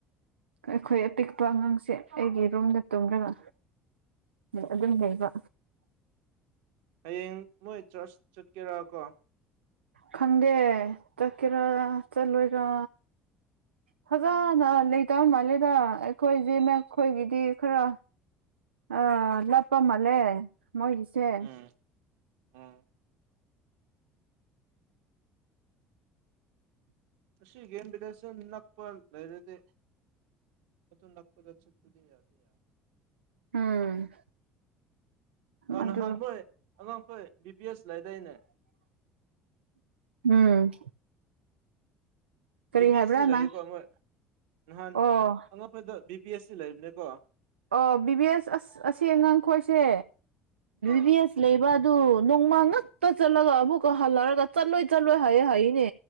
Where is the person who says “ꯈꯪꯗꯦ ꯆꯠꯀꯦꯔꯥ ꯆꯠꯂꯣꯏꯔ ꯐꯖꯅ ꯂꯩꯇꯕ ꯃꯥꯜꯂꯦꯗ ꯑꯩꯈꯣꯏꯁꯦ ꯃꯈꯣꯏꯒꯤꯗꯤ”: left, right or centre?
Right